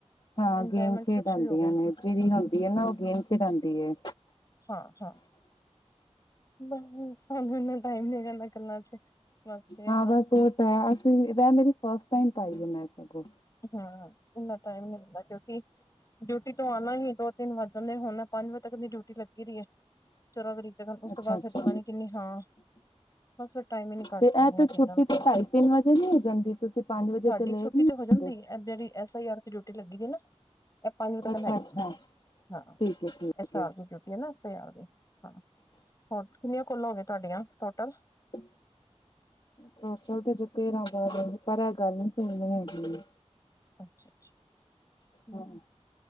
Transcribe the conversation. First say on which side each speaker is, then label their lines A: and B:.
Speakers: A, on the left (about 45°); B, on the left (about 30°).
A: ਹਾਂ
B: ਇੰਜੋਏਮੈਂਟ
A: ਗੇਮ ਖੇਡਉਂਦੀਆਂ
B: ਕੁਛ ਵੀ ਹੋ ਗਿਆ
A: ਨੇ ਜਿਹੜੀ ਹੁੰਦੀ ਹੈ ਨਾ ਉਹ ਗੇਮ ਖੇਡਾਂਉਂਦੀ ਹੈ।
B: ਹਾਂ-ਹਾਂ। ਬਸ ਸਾਨੂੰ ਇੰਨਾ ਟਾਈਮ ਨੀ ਹੈਗਾ ਕੰਮਾ ਚ। ਬਸ ਤੇ
A: ਹਾਂ ਬਸ ਉਹ ਤਾਂ ਅਸੀਂ ਮੇਰੀ ਫਸਟ ਟਮ ਪਾਈ ਆ ਮੈਂ ਸਗੋਂ।
B: ਹਸ ਇੰਨਾ ਟਾਈਮ ਨੀ ਹੁੰਦਾ ਕਿਉਂਕਿ ਡਿਊਟੀ ਤੋਂ ਆਉਣਾ ਹੀ ਦੋ ਤਿੰਨ ਵੱਜ ਜਾਂਦੇ ਹੁਣ ਪੰਜ ਵਜੇ ਤੱਕ ਦੀ ਡਿਊਟੀ ਲੱਗੀ ਦੀ ਹੈ ਚੌਦਾਂ ਤਰੀਕ ਤੇ ਉਸ
A: ਅੱਛਾ
B: ਤੋਂ ਬਾਅਦ
A: ਅੱਛਾ
B: ਫਿਰ ਪਤਾ ਨੀ ਕਿੰਨੀ ਹਾਂ ਬਸ ਫਿਰ ਟਾਈਮ ਹੀ ਨੀ ਕੱਢ
A: ਤੇ ਇਹ
B: ਪਾਉਂਦੇ ਇਹਨਾਂ
A: ਤੇ
B: ਚੀਜ਼ਾਂ
A: ਛੁੱਟੀ
B: ਵਾਸਤੇ
A: ਤੇ ਢਾਈ ਤਿੰਨ ਵਜੇ ਨੀ ਹੋ ਜਾਂਦੀ ਤੁਸੀਂ ਪੰਜ ਵਜੇ
B: ਸਾਡੀ
A: ਤੇ ਲੇਟ
B: ਛੁੱਟੀ
A: ਨੀ
B: ਤੋਂ
A: ਹੁੰਦੇ
B: ਹੋ ਜਾਂਦੀ ਜਿਹੜੀ ਐਸ ਆਈ ਆਰ ਚ ਡਿਊਟੀ ਲੱਗੀ ਹ ਸੀ ਨਾ। ਇਹ ਪੰਜ ਵਜੇ ਤੱਕ
A: ਅੱਛਾ
B: ਨਾ ਹੈਗੀ
A: ਅੱਛਾ
B: ਹਾਂ
A: ਠੀਕ ਹੈ ਠੀਕ
B: ਐਸ ਆਰ
A: ਹੈ
B: ਦੀ ਹਾਂ। ਹੋਰ ਕਿੰਨੀਆਂ ਕਾਲ਼ਾ ਹੋ ਗਏ ਤੁਹਾਡੀਆਂ ਟੋਟਲ?
A: <unintelligible> ਪਰ ਇਹ ਗੱਲ ਨੀ ਕਰਨੀ ਹੈਗੀ ਹੈ।
B: ਅੱਛਾ-ਅੱਛਾ ਹਮ।
A: ਹਾਂ